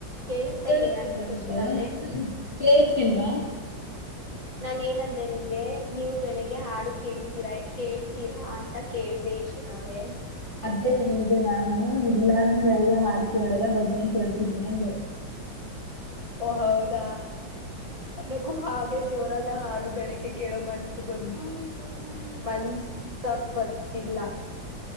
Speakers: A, on the right; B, on the left.
A: ಕೇಳಿಸತಾ
B: ಕೇಳಿಸ್ತಿಲ್ವಾ
A: ಇದೀಯಾ
B: ನಿಮ್ಗೆ
A: ನಿಶದವ್ರೇ
B: ಕೇಳಿಸ್ತಿಲ್ವಾ <inaudible>
A: ನಾನ ಏನಂದೆ ನಿಮ್ಗೆ ನೀವು ಬೆಳಿಗ್ಗೆ ಹಾಡು ಕೇಳ್ತೀರಾ ಕೇಳ್ತೀರಾ ಅಂತ ಕೇಳ್ದ ಎಷ್ಟ ದ ಅವ್ರೆ
B: ಅದೇ ಏನಿದೆ ನಾನು ಇಲ್ಲ ನಂದ ಬೆಳಿಗ್ಗೆ ಹಾಡು ಕೇಳದ ಭಜನೆ ಕೇಳ್ತೀನಿ ಅಂದೆ
A: ಓ ಹೌದಾ ನಗು ಹಾಗೆ ಜೋರಾದ ಹಾಡು ಬೆಳಕಗೆ ಕೇಳೋ ಮನ್ಸು ಬಂದು ಮನ್ಸ <inaudible> ತಕ್ಕತ್ತಿಲ್ಲ